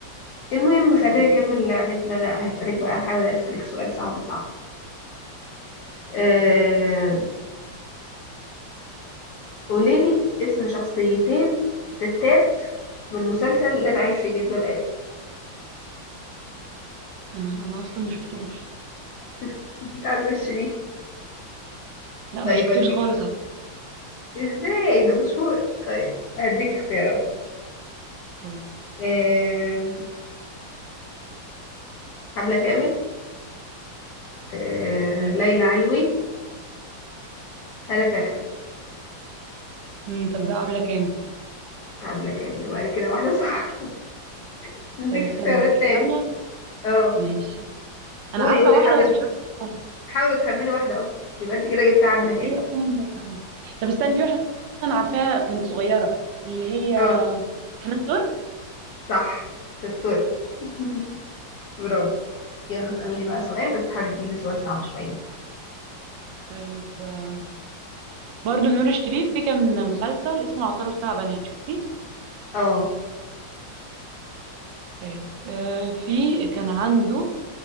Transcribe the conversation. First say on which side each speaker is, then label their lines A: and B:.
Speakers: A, on the left (about 65°); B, on the right (about 75°).
A: دي المهم خلينا
B: ايوه
A: نكمل لعبتنا انا هسالك بقى احاول اسالك سؤال صعب صعب أه...
B: طيب يلا
A: قوليلي اسم شخصيتين ستات من مسلسل اللي انا عايش في جلباب ابي
B: انا انا اصلا ما شفتوش
A: <laughs> بتاع نور الشريف
B: لا
A: طيب
B: ما شفتوش
A: هديك
B: خالص على فكرة.
A: ازاي ده مشهور طيب هديك اختيارات
B: طيب
A: أه... حمله كامل أه...
B: ماشي
A: ليلى علوي هالة فاخر
B: أمم، طب ده عبله كامل
A: عاملة كام بعد كده واحدة صح <laughs> عندك
B: طيب استني
A: اختيارات تاني
B: الثانيه
A: اه
B: ماشي انا
A: قولي
B: عارفه
A: قولي
B: واحده
A: حاولي
B: بس مش عارفه اسمها.
A: حاولي تخمني واحدة اهو يبقى انت كده جبت عاملة
B: اللي
A: كام
B: هي ام طب استني في واحده انا عارفاها كانت صغيره اللي هي
A: اه
B: حنان ترك
A: صح شطورة <laughs> برافو يلا اسألوني بقى سؤال بس حاولي تجيبي سؤال صعب شوية
B: طيب آه، برضو لنور الشريف في كان مسلسل اسمه العطار والسبع بنات شفتيه
A: اه
B: طيب آه في كان عنده